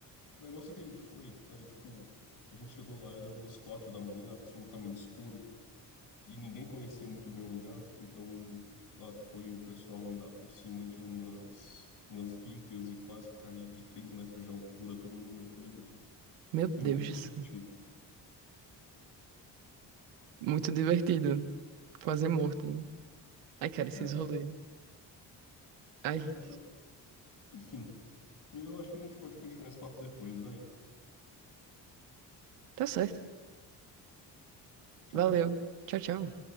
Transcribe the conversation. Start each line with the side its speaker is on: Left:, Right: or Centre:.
Left: O negócio é que a gente foi, era tipo, a gente chegou lá, era umas quatro da manhã, absolutamente escuro, e ninguém conhecia muito bem o lugar, então lá foi o pessoal andar por cima de umas, umas vigas e quase cair de três metros de altura, todo mundo meio bêbado.
Right: Meu
Left: Foi
Right: Deus
Left: muito
Right: do
Left: divertido.
Right: céu. Muito divertido. Fazer morto, né? Ai, cara, esses
Left: É,
Right: rolês. Ai,
Left: é, eu- enfim. Eu acho que a gente pode continuar esse papo depois, vai.
Right: tá certo.
Left: Tchau,
Right: Valeu.
Left: tchau.
Right: Tchau, tchau.